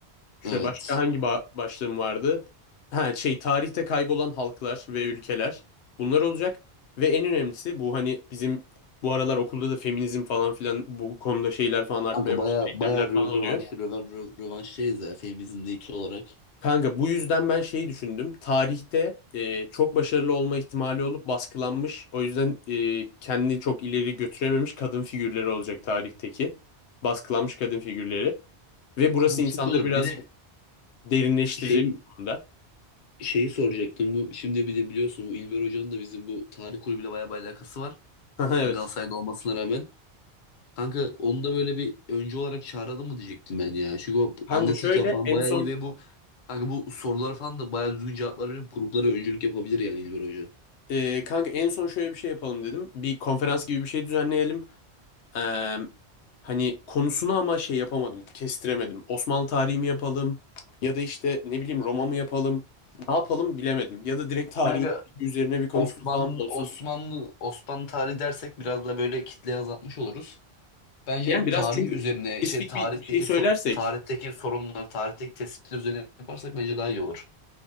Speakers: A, on the left (about 80°); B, on the left (about 50°).
A: Şöyle
B: Evet.
A: başka hangi ba- başlığım vardı? Ha şey tarihte kaybolan halklar ve ülkeler. Bunlar olacak. Ve en önemlisi bu hani bizim bu aralar okulda da feminizm falan filan bu konuda şeyler falan artmaya
B: Kanka
A: başladı.
B: baya baya
A: Eylemler
B: rö-
A: falan oluyor.
B: rövanş rövan- rö- rövanştayız ya feminizmde ilk olarak.
A: Kanka bu yüzden ben şeyi düşündüm. Tarihte e, çok başarılı olma ihtimali olup baskılanmış. O yüzden e, kendini çok ileri götürememiş kadın figürleri olacak tarihteki. Baskılanmış kadın figürleri. Ve burası
B: Kanka
A: insanları
B: çok iyi olur.
A: birazcık
B: Bir de
A: derinleştirecek
B: şey
A: bu konuda.
B: şeyi soracaktım. Bu şimdi bir de biliyorsun bu İlber Hoca'nın da bizim bu tarih kulübüyle baya bir alakası var.
A: <laughs> Haha, Evet.
B: Galatasaray'da olmasına rağmen. Kanka onu da böyle bir öncü olarak çağıralım mı diyecektim ben ya. Çünkü o
A: Kanka
B: anlatırken
A: şöyle
B: falan
A: en
B: baya
A: son
B: iyi ve bu kanka bu soruları falan da baya düzgün cevaplar verip gruplara öncülük yapabilir yani İlber Hoca.
A: e, kanka en son şöyle bir şey yapalım dedim. Bir konferans gibi bir şey düzenleyelim. Ee, hani konusunu ama şey yapamadım, kestiremedim. Osmanlı tarihi mi yapalım ya da işte ne bileyim Roma mı yapalım? Ne yapalım bilemedim. Ya da direkt tarihin
B: Kanka
A: üzerine bir konuşma
B: Osmanlı
A: falan mı olsun?
B: Osmanlı Osmanlı tarihi dersek biraz da böyle kitleyi azaltmış oluruz. Bence
A: Yani biraz
B: tarih
A: çünkü
B: üzerine,
A: spesifik
B: şey tarihteki
A: bir şey söylersek
B: so- tarihteki sorunlar, tarihteki tespitler üzerine yaparsak bence daha iyi olur.